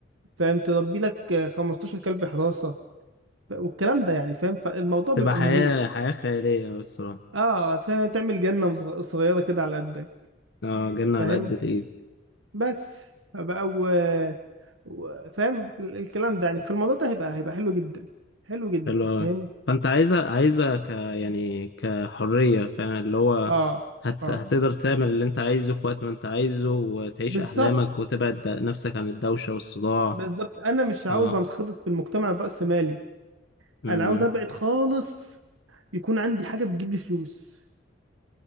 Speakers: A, on the right; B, on the left.
A: فاهم تربي لك 15 كلب حراسة والكلام ده يعني فاهم فالموضوع بيبقى
B: تبقى حياه
A: مهيب
B: حياه خياليه أوي الصراحه
A: اه فاهم؟ تعمل جنة صغ- صغيرة كده على قدك
B: اه جنة
A: فاهم
B: على قد الايد
A: بس بقى و... و... فاهم ال- الكلام ده يعني فالموضوع ده هيبقى هيبقى حلو جدا حلو جدا
B: حلو أوي
A: فاهم
B: فأنت عايزها عايزها ك يعني كحرية فاهم اللي هو
A: اه
B: هت...
A: اه
B: هتقدر تعمل اللي أنت عايزه في وقت ما أنت عايزه وتعيش
A: بالظبط
B: أحلامك وتبعد د- نفسك عن الدوشة والصداع
A: بالظبط انا مش عاوز
B: اه
A: انخرط في المجتمع الرأسمالي
B: أمم،
A: انا عاوز ابعد خالص يكون عندي حاجة بتجيب لي فلوس